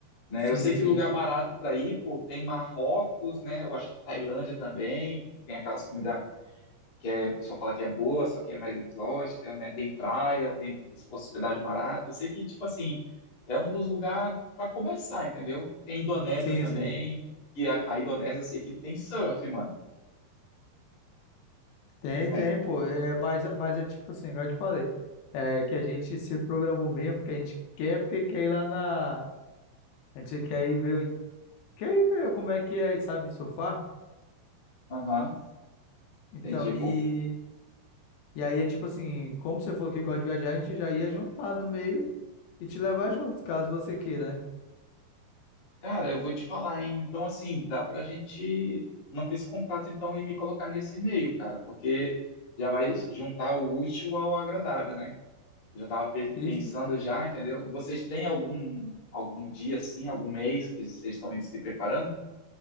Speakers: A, on the left; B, on the left.
A: né?
B: Sim,
A: Eu sei que
B: sim.
A: lugar barato para ir, pô, tem Marrocos, né? Eu acho que Tailândia também, que tem aquelas comidas que é, o pessoal fala que é boa, só que é mais exótica, né? Tem praia, tem hospedagem barata. Eu sei que, tipo assim, é um dos lugares para começar, entendeu? Tem Indonésia
B: Sim,
A: também,
B: sim.
A: e a, a Indonésia eu sei que tem surf, mano.
B: Tem,
A: Aí,
B: tem, pô. É, mas, mas é tipo assim, igual eu te falei. É que a gente se programou mesmo, porque a gente quer, porque quer ir lá na. A gente quer ir ver, quer ir ver como é que é, sabe, surfar.
A: aham,
B: Então,
A: entendi, pô.
B: e E aí é tipo assim, como você falou que gosta de viajar, a gente já ia juntar no meio e te levar junto, caso você queira, né?
A: Cara, eu vou te falar, hein? Então, assim, dá pra gente manter esse contato, então, e me colocar nesse e-mail, cara, porque já vai juntar o útil ao agradável, né? Eu já estava
B: Isso,
A: pensando já, entendeu? Vocês têm algum algum dia assim, algum mês que vocês estão se preparando?